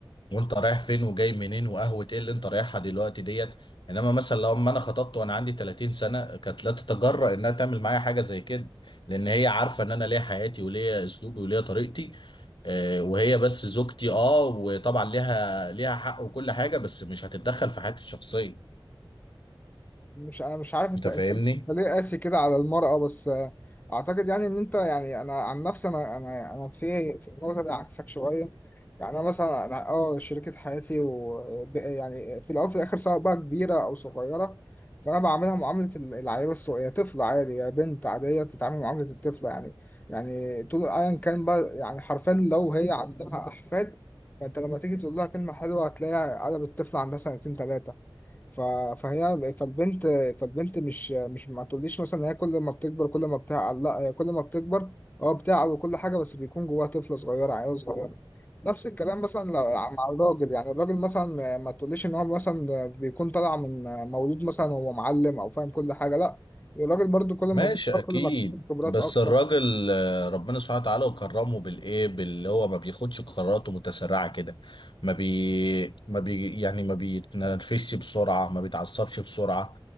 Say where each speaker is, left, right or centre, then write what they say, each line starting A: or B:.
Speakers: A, on the left; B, on the left.
A: وانت رايح فين وجاي منين وقهوة ايه اللي انت رايحها دلوقتي ديت انما مثلا لو ما انا خطبت وانا عندي 30 سنة كانت لا تتجرأ انها تعمل معايا حاجة زي كده لان هي عارفة ان انا ليا حياتي وليا اسلوبي وليا طريقتي آه، وهي بس زوجتي اه وطبعا ليها ليها حق وكل حاجة بس مش هتتدخل في حياتي الشخصية
B: مش انا مش عارف انت
A: انت
B: انت
A: فاهمني؟
B: انت ليه قاسي كده على المرأة بس آه، اعتقد يعني ان انت يعني انا عن نفسي انا انا انا في في النقطة دي عكسك شوية يعني انا مثلا انا اه شريكة حياتي و ب- يعني في الاول وفي الاخر سواء بقى كبيرة او صغيرة فانا بعاملها معاملة ال- العيال الصغيرة هي طفلة عادي يا بنت عادية تتعامل معاملة الطفلة يعني يعني طول ايا كان بقى يعني حرفيا لو هي عندها احفاد فانت لما تيجي تقول لها كلمة حلوة هتلاقيها قلبت الطفل عندها سنتين تلاتة ف... فهي فالبنت فالبنت مش مش ما تقوليش مثلا ان هي كل ما بتكبر كل ما بتعقل لا هي كل ما بتكبر اه بتعقل وكل حاجه بس بيكون جواها طفل صغير عيل صغير نفس الكلام مثلا لو- مع الراجل يعني الراجل مثلا ما ما تقوليش ان هو مثلا بيكون طالع من مولود مثلا وهو معلم او فاهم كل حاجه لا الراجل برضو كل
A: ماشي
B: ما بيكبر
A: اكيد
B: كل ما اكتسب خبرات
A: بس
B: اكتر
A: الراجل آه، ربنا سبحانه وتعالى وكرمه بالايه باللي هو ما بياخدش قراراته متسرعه كده ما بي ما بي يعني ما بيتنرفزش بسرعه ما بيتعصبش بسرعه